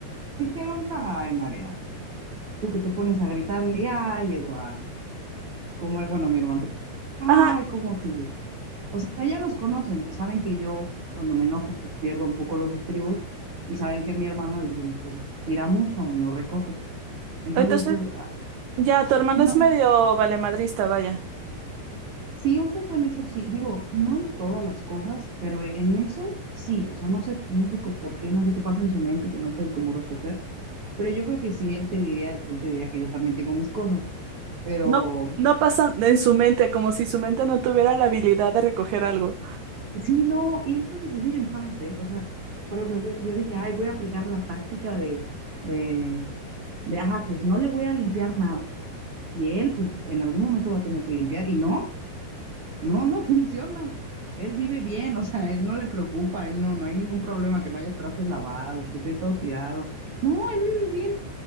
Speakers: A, on the right; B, on the right.
A: dijeron, ay, Mariana, tú que te pones a gritarle, ay, Eduardo, como, el- bueno, mi hermano, ay,
B: Ajá.
A: como tío. O sea, ya nos conocen, ¿no? saben que yo cuando me enojo, pues pierdo un poco los estribos y saben que mi hermano es bien, es- tira mucho y no recoge. Entonces,
B: Entonces,
A: pues, ah,
B: ya, tu hermano
A: no
B: es medio valemadrista, vaya.
A: Sí, un poco en eso sí. Digo, no en todas las cosas, pero en eso sí. O sea, no sé, no sé co- por qué, no sé qué pasa en su mente que no puede como recoger. Pero yo creo que sí, él te diría, él te diría que yo también tengo mis cosas. Pero
B: No, no pasa en su mente, como si su mente no tuviera la habilidad de recoger algo.
A: sí, no, y él puede vivir en paz, ¿eh? O sea, por ejemplo, yo, yo dije, ay, voy a aplicar la táctica de, de, de, ajá, pues no le voy a limpiar nada. Y él, pues en algún momento va a tener que limpiar. Y no. No, no <laughs> funciona. Él vive bien, o sea, él no le preocupa, él no, no hay ningún problema que no haya trastes lavados, que esté todo tirado. No, él vive bien,